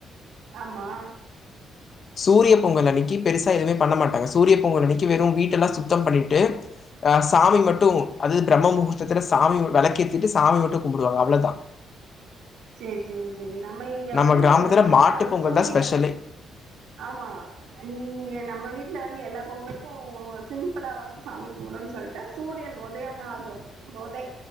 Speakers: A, on the right (about 85°); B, on the left (about 50°).
A: ஆமா
B: சூரிய பொங்கல் அன்னிக்கி பெருசா எதுமே பண்ண மாட்டாங்க சூரிய பொங்கல் அன்னிக்கி வெறு வீட்டலா சுத்தம் பண்ணிட்டு ஆ சாமி மட்டு அது பிரம்மமுகூர்த்தத்துல சாமி வெளக்கேத்திட்டு சாமி மட்டு கும்புடுவாங்க அவ்ளோதா
A: சேரி சேரி சேரி நம்ம இங்க
B: நம்ம
A: வந்து
B: கிராமத்துல
A: கரெக்டா
B: மாட்டு பொங்கல்
A: சூரிய
B: தான் ஸ்பெஷலே.
A: ஆமா இங்க நம்ப வீட்ல வந்து எல்லா பொங்களுக்கு சிம்புளாவாவ்து சாமி கும்பட்னுன் சொல்ட்டு சூரியன் உதயமாகு போதே